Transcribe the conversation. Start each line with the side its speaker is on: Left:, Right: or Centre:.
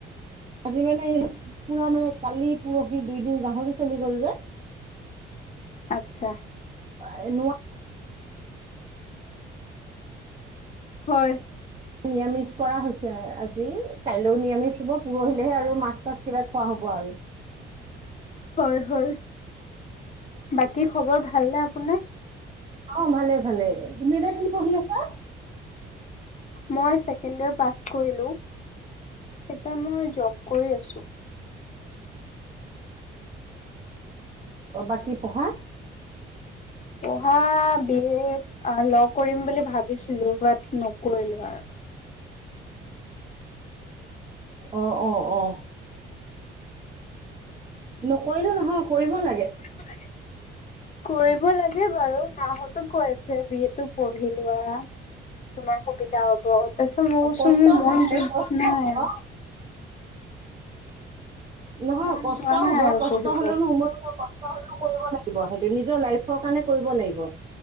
Right: আজি মানে, হে পুৰা মানে কালি পৰহি দুইদিন গাহৰি চলি গ'ল যে
Left: আচ্ছা।
Right: <unintelligible> নো
Left: হয়।
Right: নিৰামিষ কৰা হৈছে আজি, কাইলৈও নিৰামিষ হ'ব। পৰহিলেহে আৰু মাছ, চাছ কিবা খোৱা হ'ব আৰু।
Left: হয়, হয়, বাকী খবৰ ভালনে আপোনাৰ?
Right: অ', ভালে, ভালে। তুমি এতিয়া কি পঢ়ি আছা?
Left: মই ছেকেণ্ড ইয়াৰ পাঁচ কৰিলোঁ, এতিয়া মই যব কৰী আছোঁ।
Right: অ', বাকী পঢ়া?
Left: পঢ়া বি এড, আহ ল' কৰিম বুলি ভাব ভাবিছিলো, বাট নকৰিলো আৰু।
Right: অ', অ', অ'। নকৰিলো নহয়, কৰিব লাগে।
Left: কৰিব লাগে। কৰিব লাগে বাৰু, মাহতো কৈ আছে বি এটো পঢ়ি লোৱা। তোমাৰ সুবিধা হ'ব তাৰপিছত মই কৈছোঁ
Right: কষ্ট
Left: মোৰ মন
Right: হয়
Left: যোৱা
Right: কষ্ট
Left: নাই আৰু।
Right: হব নহয়
Left: মন
Right: কষ্ট
Left: যোৱা নাই
Right: হব
Left: আৰু
Right: কষ্ট
Left: পঢ়িব
Right: হলে নহ মোৰ হ'লেও কৰিব লাগিব সেইটো নিজৰ লাইফৰ কাৰণে কৰিব লাগিব।